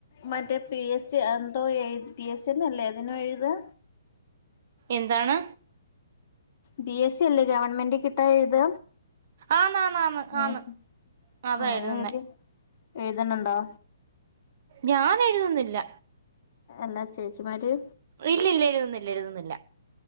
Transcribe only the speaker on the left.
മറ്റേ പി എസ് സി എന്തോ എഴു പി എസ് സിന്ന അല്ലേ ഇതിന് എഴുതാ
ബി എസ് സി അല്ലേ ഗവൺമെന്റ് കിട്ടാ എഴുത.
യെസ്
അങ്ങനെ എഴുതിയ എഴുതണ്ടണ്ടോ?
എല്ലാ ചേച്ചിമാര്.